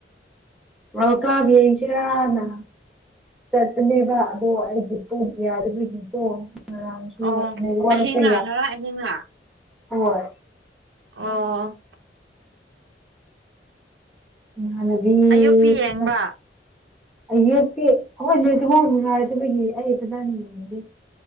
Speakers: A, in the centre; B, on the right.
A: ꯑꯣ ꯀꯕ ꯌꯦꯁꯅ ꯆꯠꯄꯅꯦꯕ ꯑꯗꯣ ꯑꯩꯗꯤ ꯄꯨꯡ ꯌꯥꯗꯕꯒꯤꯀꯣ ꯃꯔꯥꯡꯁꯨ
B: ꯑꯣ
A: ꯔꯕꯥꯔꯁꯨ
B: ꯑꯍꯤꯡꯂꯥ
A: ꯌꯥ
B: ꯉꯔꯥꯡ ꯑꯍꯤꯡꯂꯥ
A: ꯍꯣꯏ
B: ꯑꯣ
A: <unintelligible>
B: ꯑꯌꯨꯛꯇꯤ ꯌꯦꯡꯕ
A: ꯑꯌꯨꯛꯇꯤ ꯑꯩꯈꯣꯏ ꯅꯦꯠꯋꯛ ꯅꯨꯡꯉꯥꯏꯇꯕꯒꯤ ꯑꯩ ꯐꯖꯅ ꯌꯦꯡꯗꯦ